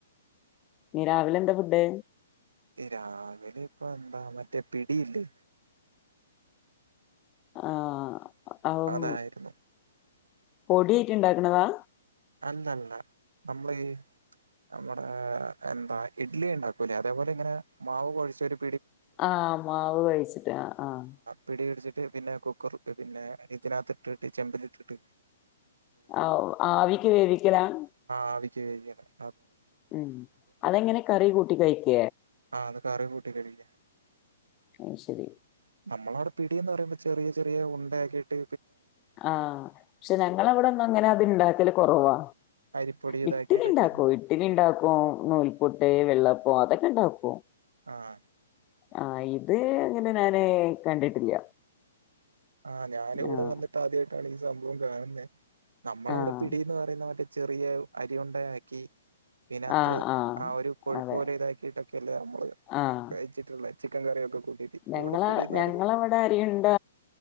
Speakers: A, on the left (about 25°); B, on the right (about 70°).
A: നീ രാവിലെ എന്താ ഫുഡ്
B: രാവിലെ ഇപ്പൊ എന്താ മറ്റേ പിടിയില്ലേ
A: ആഹ അം
B: അതായിരുന്നു
A: പൊടിയിട്ട ഇണ്ടാക്കണതാ
B: അല്ല അല്ല നമ്മളീ നമ്മുടെ എന്താ ഇഡ്ലി ഉണ്ടാക്കൂല്ലേ അതേപോലെ ഇങ്ങനെ മാവ് കുഴിച്ചരു
A: ആഹ് മാവ് കൊഴിച്ചിട്ട് ആഹ്
B: പിടി പിടിച്ചിട്ട് പിന്നെ കുക്കർ പിന്നെ ഇതിനകത്ത് ഇട്ടിട്ട് ചെമ്പില ഇട്ടിട്ട്
A: ആ ആവി വേവിക്കലാണ്
B: അ വിച്ച് കഴിക്കണം
A: ഉം അതെങ്ങനെ കറി കൂട്ടി കഴിക്ക
B: ആഹ് അത് കറി കൂട്ടി കഴിക്ക
A: അ ശരി
B: നമ്മളവിടെ പിടി എന്ന് പറുമ്പോൾ ചെറിയ ചെറിയ ഉണ്ടാക്കിയിട്ട്
A: ആഹ പക്ഷെ ഞങ്ങളവിടെ ഒന്നും അത് ഉണ്ടാക്കൽ കുറവാ
B: അരിപ്പൊടി ഇതാക്കിയിട്ടൊക്കെയല്ലേ
A: ഉവ്വ് ഇഡലി ഉണ്ടാക്കൂ ഇഡ്ഡലി ഉണ്ടാക്കും നൂൽപൊട്ട് വെള്ളപ്പം അതൊക്കെ ഉണ്ടാക്കും അപ്പോ
B: ആഹ
A: ആഹ ഇത് അങ്ങനെ ഞാന് കണ്ടിട്ടില്ല
B: ആഹ് ഞാൻഇവിടെ
A: ആഹ്
B: വന്നിട്ട് ആദ്യമായിട്ടാണ് സംഭവം കാണുന്നേ നമ്മളവിടെ
A: ആഹ്
B: പിടീന്ന് പറയുന്ന മറ്റേ ചെറിയ അരിയുണ്ടയാക്കി ഇതിനകത്ത്ആ
A: ആഹ് ആഹ്
B: ഒരു കൊഴുപ്പ്
A: അതെ
B: പോലെ ഇതാക്കിട്ടൊക്കെല്ലേ നമ്മള്
A: ആഹ്
B: കഴച്ചിട്ടുള്ള ചിക്കൻ കറിയൊക്കെ കൂട്ടിയിട്ട്
A: ഞങ്ങള
B: ഇവിടെ പിടീന്ന്
A: ഞങ്ങളവിടെ
B: പറയുന്നെ
A: അരിയേണ്ട